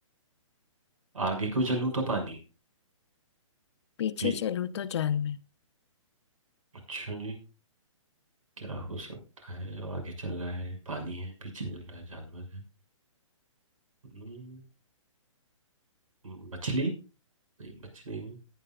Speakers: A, on the right; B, on the left.
A: आगे को चलूं तो पानी
B: पीछे
A: पी
B: चलूं तो जानवर
A: अच्छा जी क्या हो सकता है जो आगे चल रहा है पानी है पीछे चल रहा है जानवर है हम्म, मछली नहीं मछली नहीं